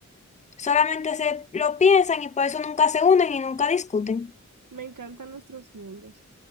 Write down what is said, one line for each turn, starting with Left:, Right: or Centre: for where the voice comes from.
Left: Solamente se lo piensan y por eso nunca se unen y nunca discuten.
Right: Me encantan nuestros mundos.